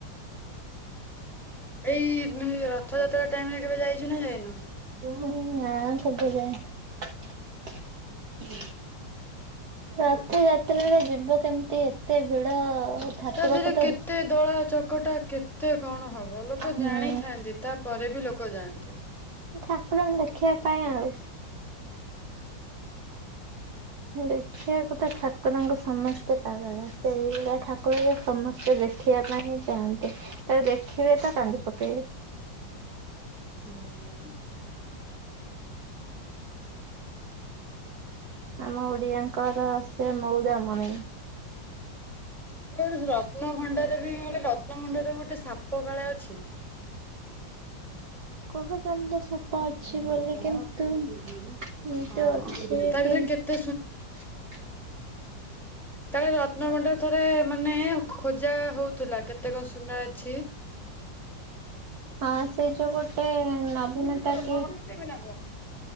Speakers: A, in the centre; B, on the right.
A: ଏଇ ରଥଯାତ୍ରା ଟାଇମରେ କେବେ ଯାଇଛୁ ନା ଯାଇନୁ?
B: ନାଁ କେବେ ଯାଇନି। ରଥଯାତ୍ରାରେ ଯିବ କେମତି ଏତେ ଭିଡ ଠାକୁରକୁ
A: ତା ଧେରେ
B: ତ
A: କେତେ ଦଳା ଚକଟା କେତେ କଣ ହବ, ଲୋକ
B: ହୁଁ
A: ଜାଣିଥାନ୍ତି ତା ତାପରେ ବି ଲୋକ ଯାଆନ୍ତି।
B: ଠାକୁରାଣୀ ଦେଖିବା ପାଇଁ ଆଉ।
A: ହ <inaudible>
B: ଦେଖିଆକୁ ତ ଠାକୁରଙ୍କୁ ସମସ୍ତେ ପାଗଳ। ସେଇଲା ଠାକୁରଙ୍କୁ ସମସ୍ତେ ଦେଖିବା ପାଇଁ ଚାହାଁନ୍ତି। ତାକୁ ଦେଖିବେ ତ କାନ୍ଦି ପକେଇବେ।
A: ହୁଁ।
B: ଆମ ଓ ଓଡ଼ିଆଙ୍କର ସିଏ ମଉଡ଼ାମଣି।
A: ସେ ଯୋଉ ରତ୍ନଭଣ୍ଡାର ବି ଗ ରତ୍ନଭଣ୍ଡାର ଗୋଟେ ସାପ କାଳେ ଅଛି?
B: ହ
A: ହୁଁ
B: କହୁଚନ୍ତି ତ ସାପ ଅଛି ବୋଲି କିନ୍ତୁ କିନ୍ତୁ
A: ହଁ
B: ଅଛି
A: ତା ଭିତରେ
B: କି ନ
A: କେତେ
B: ଅଛି
A: ତାହେଲେ ରତ୍ନଭଣ୍ଡାର ଥରେ ମାନେ ଖୋଜା ହଉଥିଲା, କେତେ କଣ ସୁନା ଅଛି।
B: ହଁ ସେଇ ଯୋଗୁ ଗୋଟେ ଅଭିନେତା
A: କେମିତି କଣ
B: କିଏ
A: କଟି ଦେବି ନା କଣ